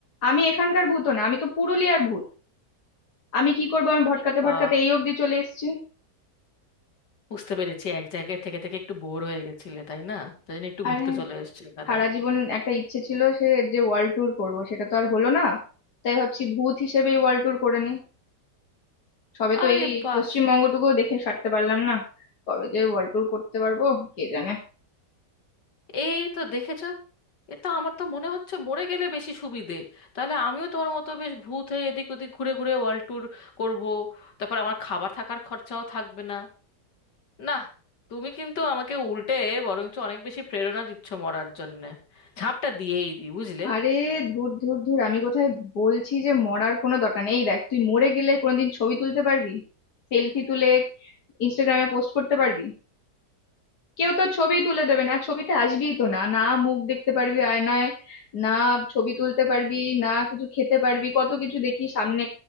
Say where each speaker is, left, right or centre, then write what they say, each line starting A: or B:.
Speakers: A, on the left; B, on the left.
A: আমি এখানকার ভূত না আমি তো পুরুলিয়ার ভূত আমি কি করবো আমি
B: আরে
A: ভটকাতে
B: বাবা
A: ভটকাতে এই অবধি চলে এসেছি
B: বুঝতে পেরেছি এক জায়গায় থেকে থেকে একটু বোর হয়ে গেছিলে তাই না তাই জন্য একটু
A: আরে
B: ঘুরতে চলে এসেছো এখানে
A: সারা জীবন একটা ইচ্ছে ছিল সে যে ওয়ার্ল্ড ট্যুর করবো সেটা তো আর হলো না তাই ভাবছি ভূত হিসেবেই ওয়ার্ল্ড ট্যুর করে নি সবে তো
B: আরে
A: এই
B: পাস
A: পশ্চিমবঙ্গটুকু দেখে সারতে পারলাম না কবে যে ওয়ার্ল্ড ট্যুর করতে পারবো কে জানে
B: এই তো দেখেছো এ তো আমার তো মনে হচ্ছে মরে গেলে বেশি সুবিধে তাহলে আমিও তোমার মতো বেশ ভূত হয়ে এদিক ওদিক ঘুরে ঘুরে ওয়ার্ল্ড ট্যুর করবো তারপর আমার খাবার থাকার খরচাও থাকবে না না তুমি কিন্তু আমাকে উল্টে বরঞ্চ অনেক বেশি প্রেরণা দিচ্ছ মরার জন্যে ঝাঁপটা দিয়েই দি বুঝলে
A: আরে ধুর ধুর ধুর আমি কোথায় বলছি যে মরার কোনো দরকার নেই এই দেখ তুই মরে গেলে কোনোদিন ছবি তুলতে পারবি সেলফি তুলে ইনস্টাগ্রামে পোস্ট করতে পারবি কেউ তোর ছবি তুলে দেবে না ছবিতে আসবিই তো না না মুখ দেখতে পারবি আয়নায় না ছবি তুলতে পারবি না কিছু খেতে পারবি কত কিছু দেখি সামনে